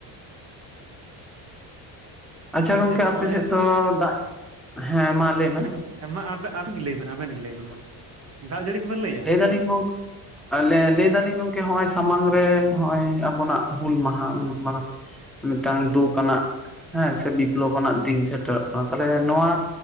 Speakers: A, in the centre; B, on the right (about 35°).
A: ᱟᱪᱪᱷᱟ
B: ᱟᱨ
A: ᱜᱚᱝᱠᱮ
B: ᱡᱮ ᱱᱚᱜᱼᱚᱭ
A: ᱟᱯᱮ ᱥᱮᱫ ᱫᱚ ᱫᱟᱜ, ᱦᱮᱸ ᱢᱟ ᱞᱟᱹᱭ ᱢᱮ
B: ᱦᱮᱸ ᱦᱮᱸ ᱢᱟ ᱟᱵᱮ-ᱟᱵᱮᱱᱜᱮ ᱞᱟᱹᱭ ᱵᱮᱱ ᱟᱵᱮᱱ ᱜᱮ ᱞᱟᱹᱭ ᱵᱮᱱ ᱢᱟ᱾ ᱫᱟᱜ ᱡᱟᱹᱲᱤ ᱠᱵᱮᱱ ᱞᱟᱹᱭᱟ?
A: <unintelligible> ᱟᱞᱮ ᱞᱟᱹᱭ ᱫᱟᱹᱞᱤᱧ ᱜᱚᱝᱠᱮ ᱦᱚᱸᱜ-ᱚᱭ ᱥᱟᱢᱟᱝ ᱨᱮ ᱦᱚᱸᱜ-ᱚᱭ ᱟᱵᱚᱱᱟᱜ ᱦᱩᱞ ᱢᱟᱦᱟ ᱩᱱᱟᱹᱜ ᱢᱟᱨᱟᱝ᱾ ᱢᱤᱫᱴᱟᱝ ᱫᱩᱠ ᱟᱱᱟᱜ ᱦᱮᱸ ᱥᱮ ᱵᱤᱯᱞᱚᱵ ᱟᱱᱟᱜ ᱫᱤᱱ ᱥᱮᱴᱮᱨᱚᱜ ᱠᱟᱱᱟ᱾ ᱛᱟᱞᱦᱮ ᱱᱚᱣᱟ